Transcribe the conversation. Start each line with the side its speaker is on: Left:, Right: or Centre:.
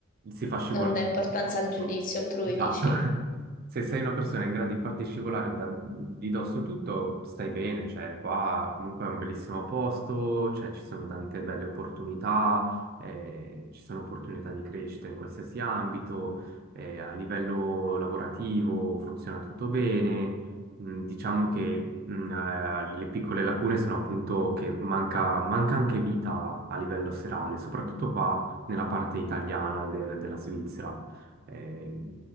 Right: si fa scivolare.
Left: Non dà importanza
Right: tutto.
Left: al giudizio altrui,
Right: Esatto.
Left: dici.
Right: <laughs> se sei una persona in grado di farti scivolare da, di dosso tutto, stai bene, cioè qua comunque è un bellissimo posto, cioè ci sono tante belle opportunità, eh, ci sono opportunità di crescita in qualsiasi ambito, eh, a livello lavorativo funziona tutto bene. Mm, Diciamo che mm, eh, le piccole lacune sono appunto che manca, manca anche vita a livello serale, soprattutto qua nella parte italiana del- della Svizzera. Eh,